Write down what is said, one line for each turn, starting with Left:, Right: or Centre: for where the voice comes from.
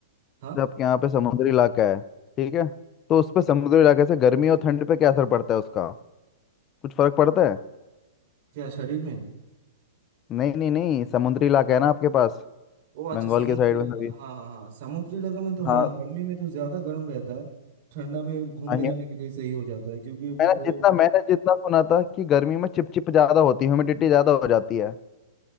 Right: हाँ
Left: आपके यहाँ पे समुद्री इलाका है ठीक है तो उस पे समुद्री इलाके से गर्मी और ठंड पे क्या असर पड़ता है उसका कुछ फर्क पड़ता है
Right: क्या शरीर में
Left: नहीं नहीं नहीं समुद्री इलाका है ना आपके पास
Right: ओ अच्छा
Left: बंगाल
Right: समुद्री
Left: के साइड
Right: इलाका
Left: में सभी
Right: हाँ हाँ हाँ समुद्री इलाका में तो हाँ
Left: हाँ
Right: गर्मी में तो ज्यादा गर्म रहता है ठंडा में घूमने
Left: हाँ,
Right: जाने
Left: ये-
Right: के लिए सही हो जाता है क्योंकि वो
Left: मैंने जितना मैंने जितना सुना था कि गर्मी में चिपचिप ज्यादा होती है ह्यूमिडिटी ज्यादा हो जाती है